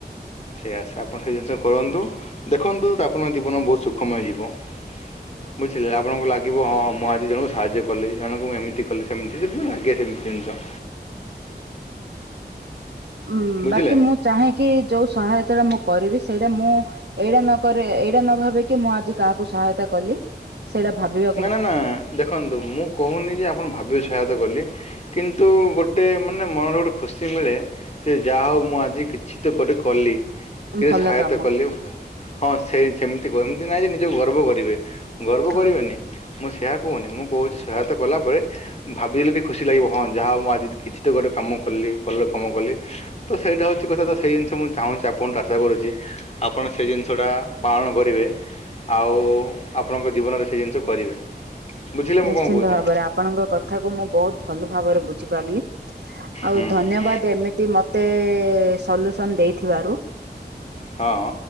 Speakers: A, on the left (about 40°); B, on the right (about 80°).
A: ସେଇ ଆସ ଆପଣ ସେ ଜିନିଷ କରନ୍ତୁ ଦେଖନ୍ତୁ ଆପଣଙ୍କ ଜୀବନ ବୋହୁତ ସୁଖମୟ ଯିବ।
B: <inaudible>
A: ବୁଝିଲେ ଆପଣଙ୍କୁ ଲାଗିବ ହଁ ହଁ ମୁଁ ଆଜି ଜଣଙ୍କୁ ସାହାଯ୍ୟ କଲି ଜଣଙ୍କୁ ମୁଁ ଏମିତି କଲି ସେମିତି ଯଦି ଓ ଲାଗେ ସେମିତି ଜିନିଷ।
B: ଉଁ
A: ବୁଝିଲେ
B: ବାକି ମୁଁ ଚାହେଁ କି ଯୋଉ ସହାୟତାଟା ମୁଁ କରିବି ସେଇଟା ମୁଁ ଏଇଟା ନକରେ ଏଇଟା ନ ଭାବେ କି ମୁଁ ଆଜି କାହାକୁ ସହାୟତା କଲି। ସେଇଟା ଭାବିବା
A: ନା ନା ନା ଦେଖନ୍ତୁ ମୁଁ କୋହୁନି ଯେ ଆପଣ ଭାବିବେ ସହାୟତା କଲି କିନ୍ତୁ ଗୋଟେ ମାନେ ମନରେ ଗୋଟେ ଖୁସି ମିଳେ। ସିଏ ଯାହୋଉ ମୁଁ ଆଜି କିଛି ତ ଗୋଟେ କଲି। କେତେ
B: ଭଲ
A: ସହାୟତା
B: କାମ
A: କଲେ ଓ ହଁ ସେଇ ସେମତି କ ଏମତି ନାଇଁ ଯେ ନିଜକୁ ଗର୍ବ କରିବେ। ଗର୍ବ
B: ହଁ
A: କରିବେନି
B: ହଁ
A: ମୁଁ ସେୟା କୋହୁନି ମୁଁ କୋହୁଚି ସହାୟତା କଲାପରେ ଉଁ ଭାବିଲେ ଟିକେ ଖୁସି ଲାଗିବ ହଁ ଯାହା ହୋଉ ମୁଁ ଆଜି କିଛି ତ ଗୋଟେ କାମ କଲି ଭଲ କାମ କଲି। ତ ସେଇଟା ହୋଉଚି କଥା ତ ସେଇ ଜିନିଷ ମୁଁ ଚାହୁଁଚି ଆପଣ ରାଶା କରୁଚି। ଆପଣ ସେଇ ଜିନିଷଟା ପାଳନ କରିବେ ଆଉ ଆପଣଙ୍କ ଜୀବନରେ ସେ ଜିନିଷକୁ କରିବେ। ବୁଝିଲେ ମୁଁ
B: ନିଶ୍ଚିନ୍ତ
A: କ'ଣ କହୁଛି
B: ଭାବରେ ଆପଣଙ୍କ କଥାକୁ ମୁଁ ବୋହୁତ ଭଲ ଭାବରେ ବୁଝିପାରିଲି। ଆଉ
A: ହୁଁ
B: ଧନ୍ୟବାଦ ଏମିତି ମତେ ଏ ସଲ୍ୟୁସନ ଦେଇଥିବାରୁ।
A: ହଁ।